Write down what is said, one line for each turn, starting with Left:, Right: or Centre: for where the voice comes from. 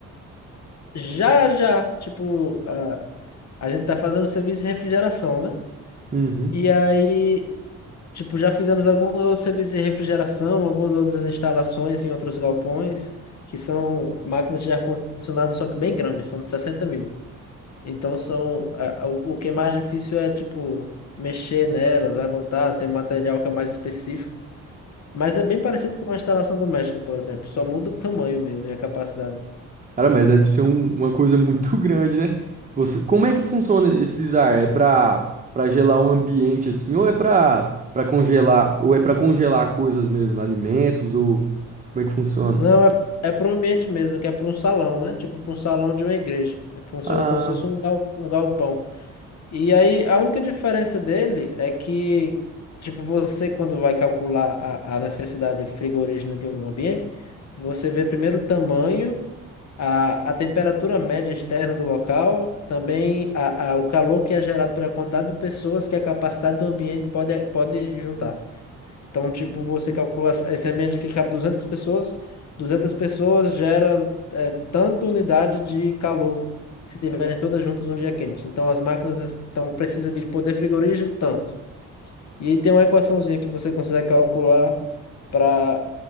Left: Já, já, tipo, a, a gente tá fazendo o serviço de refrigeração, né?
Right: Uhum.
Left: E aí, tipo, já fizemos alguns outros serviços de refrigeração, algumas outras instalações em outros galpões, que são máquinas de ar-condicionado, só que bem grandes, são de 60 mil. Então, são, a- a- o o que é mais difícil é, tipo, mexer nelas, levantar, tem material que é mais específico. Mas é bem parecido com a instalação doméstica, por exemplo, só muda o tamanho mesmo e a capacidade.
Right: Cara, mas deve ser um- uma coisa muito <laughs> grande, né? Você, como é que funciona esses ar? É pra, pra gelar um ambiente assim, ou é pra, pra congelar, ou é pra congelar coisas mesmo, alimentos, ou como é que funciona?
Left: Não, é, é para o ambiente mesmo, que é para um salão, né? Tipo, para um salão de uma igreja. Funciona
Right: Ah,
Left: como se fosse um gal- um galpão. E aí, a única diferença dele é que, tipo, você quando vai calcular a, a necessidade frigorígena de um ambiente, você vê primeiro o tamanho, a, a temperatura média externa do local, também a, a, o calor que é gerado pela quantidade de pessoas que a capacidade do ambiente pode, pode juntar. Então, tipo, você calcula eh, esse ambiente aqui que cabe 200 pessoas, 200 pessoas gera é, tanta unidade de calor se tiverem todas juntas um dia quente. Então, as máquinas es- então, precisa de poder frigorígeno tanto. E aí tem uma equaçãozinha que você consegue calcular para